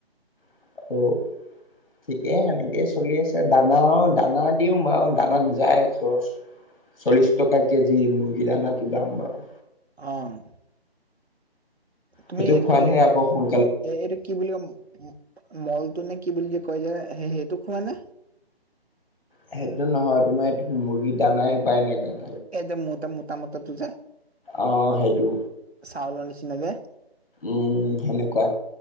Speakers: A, on the left; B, on the right.
A: <unintelligible> ঠিকেই সেনেকেই চলি আছে, দানা, দানা দিওঁ বাৰু দানাত যায় খৰচ চল্লিশ টকা কেজি মুৰ্গী দানাটো দাম বাৰু।
B: অ'। তুমি
A: সেইটো
B: এইটো
A: খোৱালহে
B: কি
A: আকৌ শু
B: এ, এইটো কি বুলি ক, মলটো নে কি বুলি যে কয় যে দুখোৱানে
A: সেইটো নহয়, তোমাৰ এই মুৰ্গী দানাহে পায় সেনেকে।
B: এ, যে, ম, ত, ম, ত মতে তু, যে
A: আহ, সেইটো।
B: চাউলৰ নিচিনাকে।
A: উম, সেনেকুৱা